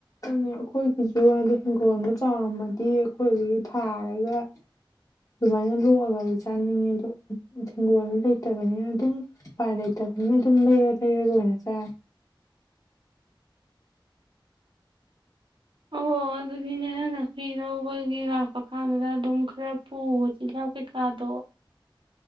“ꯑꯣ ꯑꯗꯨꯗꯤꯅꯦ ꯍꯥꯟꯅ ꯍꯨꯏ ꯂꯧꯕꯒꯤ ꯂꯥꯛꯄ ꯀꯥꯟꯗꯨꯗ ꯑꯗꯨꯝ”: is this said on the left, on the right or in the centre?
Right